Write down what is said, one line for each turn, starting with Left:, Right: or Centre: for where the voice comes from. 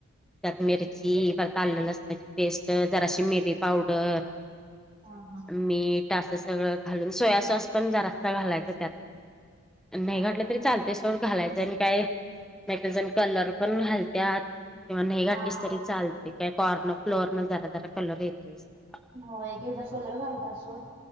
Centre: त्यात मिरची, परत आलं-लसणाची पेस्ट, जराशी मिरी पावडर.
Right: हा
Centre: मीठ असं सगळं घालून सोया सॉस पण जरासा घालायचा त्यात. नाय
Right: हा
Centre: घातला
Right: हा
Centre: तरी चालतंय सोड घालायचं आणि काय, काय काय जण कलर पण घालत्यात. किंवा नाई
Right: हा
Centre: घाटलीस तरी चालते काय कॉर्नर फ्लोर न जरा जरा कलर येतोस त्याला
Right: हो एक एक दा <unintelligible> घालतात सोड